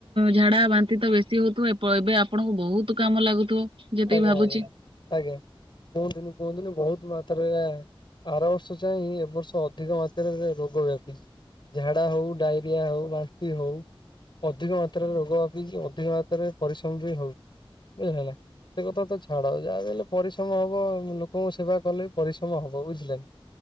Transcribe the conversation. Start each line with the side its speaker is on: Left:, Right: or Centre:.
Right: ଝାଡା ବାନ୍ତି ତ ବେଶୀ ହଉଥିବ। ଏପ ପ ଏବେ ଆପଣଙ୍କୁ ବହୁତ କାମ ଲାଗୁଥିବ। ଯେତିକି
Left: ଆଜ୍ଞା
Right: ଭାବୁଛି।
Left: ଆଜ୍ଞା ଆଜ୍ଞା କୁହନ୍ତୁନି କୁହନ୍ତୁନି ବହୁତ ମାତ୍ରାରେ ଆ ଆର ବର୍ଷ ଯାଇଁଁ ଏ ବର୍ଷ ଅଧିକ ମାତ୍ରାରେ ରୋଗ ବ୍ୟାପିଚି। ଝାଡା ହଉ ଡାଇରିଆ ହଉ ବାନ୍ତି ହଉ ଅଧିକ ମାତ୍ରାରେ ରୋଗ ବାପିକି ଅଧିକ ମାତ୍ରାରେ ପରିଶ୍ରମ ବି ହଉଚି ବୁଝି ହେଲା। ସେ କଥା ତ ଛାଡ ଯାହା ବି ହେଲେ ପରିଶ୍ରମ ହବ ଲୋକଙ୍କ ସେବା କଲେ ପରିଶ୍ରମ ହବ ବୁଝିଲେ ନା।